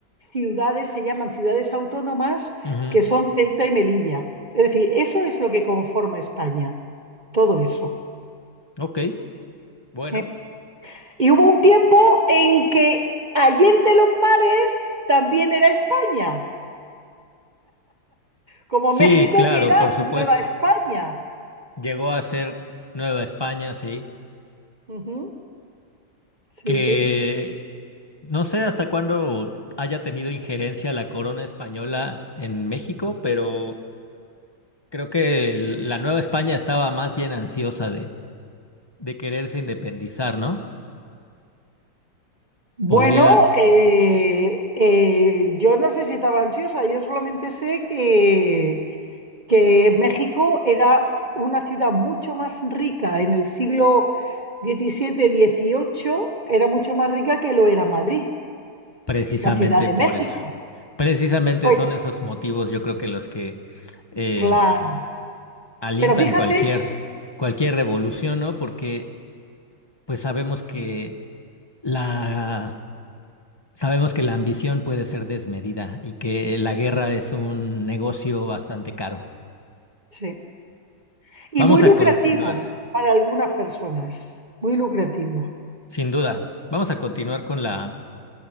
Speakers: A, on the right (about 30°); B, on the left (about 15°).
A: ciudades, se llaman ciudades autónomas,
B: Ujú.
A: que son Ceuta y Melilla. Es decir, eso es lo que conforma España, todo eso.
B: Ok, bueno.
A: ¿eh? Y hubo un tiempo en que Allende los Mares también era España, como
B: Sí,
A: México
B: claro,
A: que era
B: por supuesto.
A: Nueva España.
B: Llegó a ser Nueva España, sí,
A: Ujú, Sí,
B: que
A: sí.
B: no sé hasta cuándo haya tenido injerencia la corona española en México, pero Creo que el- la Nueva España estaba más bien ansiosa de, de quererse independizar, ¿no?
A: Bueno,
B: Podría
A: eh, eh, yo no sé si estaba ansiosa, yo solamente sé que, que México era una ciudad mucho más rica en el siglo XVII-XVIII, era mucho más rica que lo era Madrid,
B: precisamente
A: la Ciudad de
B: por
A: México.
B: eso. Precisamente
A: Pues
B: son esos motivos, yo creo que los que eh,
A: claro,
B: alientan
A: pero fíjate,
B: cualquier, cualquier revolución, ¿no? Porque pues sabemos que la, sabemos que la ambición puede ser desmedida y que la guerra es un negocio bastante caro.
A: sí. Y
B: Vamos
A: muy
B: a
A: lucrativo
B: continuar,
A: para algunas personas. Muy lucrativo.
B: sin duda. Vamos a continuar con la